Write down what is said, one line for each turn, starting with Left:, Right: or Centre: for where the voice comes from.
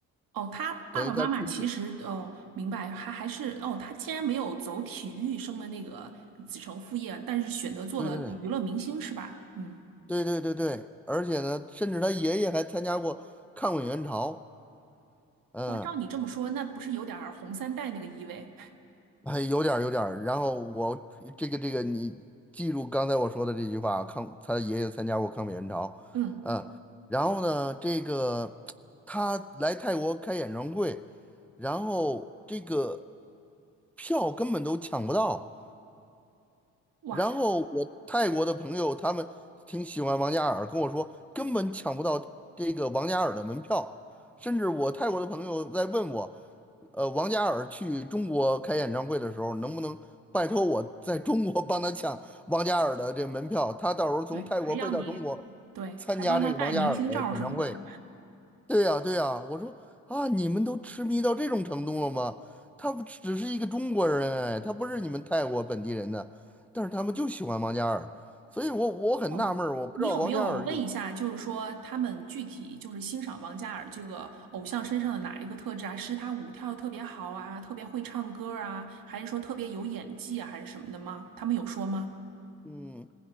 Right: 哦，他爸爸妈妈其实哦，
Centre: 等于他出自，
Right: 明白，还还是哦，他竟然没有走体育生的那个子承父业，但是选择做了娱乐明星是吧？
Centre: 对对对
Right: 嗯，
Centre: 对对对对，而且呢，甚至他爷爷还参加过抗美援朝，嗯，
Right: 哇，照你这么说，那不是有点儿红三代那个意味？
Centre: 还有点儿有点儿。然后我这个这个，你记住刚才我说的这句话啊，抗他爷爷参加过抗美援朝，
Right: <laughs> 嗯，
Centre: 嗯，然后呢，这个他来泰国开演唱会，然后这个票根本都抢不到。
Right: 哇，
Centre: 然后我泰国的朋友他们挺喜欢王嘉尔，跟我说根本抢不到这个王嘉尔的门票。甚至我泰国的朋友在问我，呃，王嘉尔去中国开演唱会的时候，能不能拜托我在中国帮他抢王嘉尔的这门票？他到时候从泰国飞到中国
Right: 对，还要你，对，
Centre: 参加这个王嘉尔的演唱会。
Right: 还帮他带明星照什么的。
Centre: 对呀，对呀，我说啊，你们都痴迷到这种程度了吗？他不只是一个中国人，哎，他不是你们泰国本地人的，但是他们就喜欢王嘉尔，所以我我很纳闷儿，
Right: 哦，
Centre: 我不知道王嘉尔有，
Right: 你有没有问一下，就是说他们具体就是欣赏王嘉尔这个偶像身上的哪一个特质啊？是他舞跳得特别好啊，特别会唱歌啊，还是说特别有演技啊，还是什么的吗？他们有说吗？
Centre: 嗯，